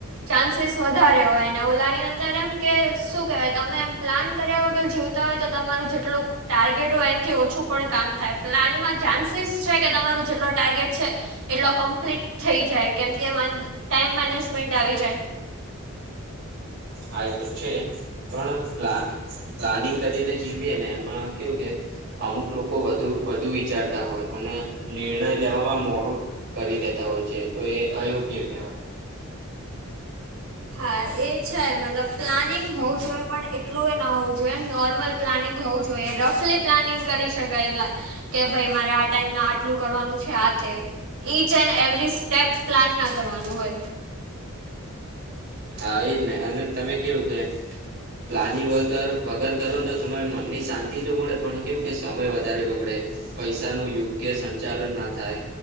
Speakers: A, on the right; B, on the right.
A: ચાન્સીસ વધારે હોય ને ઓલાની અંદર એમ કે શું કહેવાય તમે એમ પ્લાન કર્યા વગર જીવ હોય તો તમારું જેટલું ટાર્ગેટ હોય એથી ઓછું પણ કામ થાય પ્લાનમાં ચાન્સીસ છે કે તમારું જેટલો ટાર્ગેટ છે એટલો કમ્પ્લીટ થઈ જાય કેમકે ટાઈમ મેનેજમેન્ટ આવી જાય
B: હા એ તો છે પણ પ્લાનિંગ કરીને જીવીએ ને એમાં કેવું કે અમુક લોકો વધુ વધુ વિચારતા હોય અને નિર્ણય લેવામાં મોડું કરી દેતા હોય છે તો એ અયોગ્ય કહેવાય
A: હા એ છે મતલબ પ્લાનિંગ હોવું જોઈએ પણ એટલું એ ના હોવું જોઈએ નોર્મલ પ્લાનિંગ હોવું જોઈએ રફલી પ્લાનિંગ કરી શકાય એ કે ભાઈ મારે આ ટાઈમ ના આટલું કરવાનું છે આ તે each and every step plan ના કરવાનું હોય
B: હા એજ નહી અને તમે કેવું કે પ્લાનિ વગર વગર કરો ને તો તમારે મનની શાંતિ તો મળે પણ કેવું કે સમય વધારે બગડે પૈસા નું યોગ્ય સંચાલન ના થાય